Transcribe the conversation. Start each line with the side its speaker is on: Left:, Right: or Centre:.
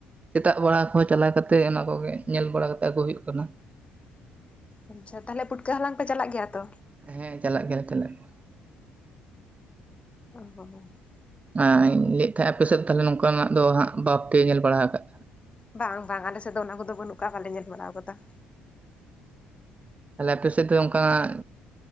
Right: ᱥᱮᱛᱟᱜ ᱵᱮᱲᱟ ᱠᱚ ᱪᱟᱞᱟᱣ ᱠᱟᱛᱮ ᱚᱱᱟ ᱠᱚᱜᱮ ᱧᱮᱞ ᱵᱟᱲᱟ ᱠᱟᱛᱮ ᱟᱹᱜᱩ ᱦᱩᱭᱩᱜ ᱠᱟᱱᱟ
Left: ᱟᱪᱷᱟ ᱛᱟᱦᱚᱞᱮ ᱯᱩᱴᱠᱟᱹ ᱦᱟᱞᱟᱝ ᱯᱮ ᱪᱟᱞᱟᱜ ᱜᱮᱭᱟ ᱛᱚ
Right: ᱦᱮᱸ ᱪᱟᱞᱟᱜ ᱜᱮᱭᱟ <inaudible>
Left: <inaudible>
Right: ᱟᱨ ᱞᱟᱹᱭᱮᱫ ᱛᱟᱦᱮᱸᱫ ᱟᱯᱮ ᱥᱮᱫ ᱛᱟᱦᱚᱞᱮ ᱱᱚᱝᱠᱟᱱᱟᱜ ᱫᱚ ᱦᱟᱸᱜ ᱵᱟᱯᱮ ᱧᱮᱞ ᱵᱟᱲᱟ ᱟᱠᱟᱜ
Left: ᱵᱟᱝ ᱵᱟᱝ ᱟᱞᱮ ᱥᱮᱫ ᱫᱚ ᱚᱱᱟ ᱠᱚᱫᱚ ᱵᱟᱹᱱᱩᱜ ᱟᱠᱟᱜ, ᱵᱟᱞᱮ ᱧᱮᱞ ᱵᱟᱲᱟ ᱟᱠᱟᱫᱟ ᱾
Right: ᱛᱟᱦᱚᱞᱮ ᱟᱯᱮ ᱥᱮᱫ ᱫᱚ ᱚᱱᱠᱟᱱᱟᱜ